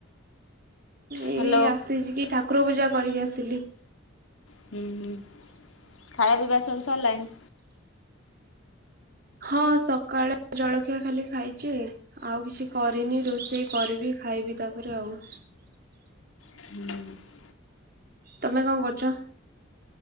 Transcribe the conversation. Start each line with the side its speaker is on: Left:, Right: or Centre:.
Right: ଏଇ
Left: ହ୍ୟାଲୋ।
Right: ଆସିଚି କି ଠାକୁର ପୂଜା କରିକି ଆସିଲି।
Left: ହୁ ହୁଁ ଖାଇବା ପିଇବା ସବୁ ସରିଲାଣି?
Right: ହଁ ସକାଳେ ଜଳଖିଆ ଖାଲି ଖାଇଚି। ଆଉ କିଛି କରିନି ରୋଷେଇ କରିବି ଖାଇବି ତାପରେ ଆଉ।
Left: ହୁଁଉଁ।
Right: ତମେ କଁ କରୁଚ?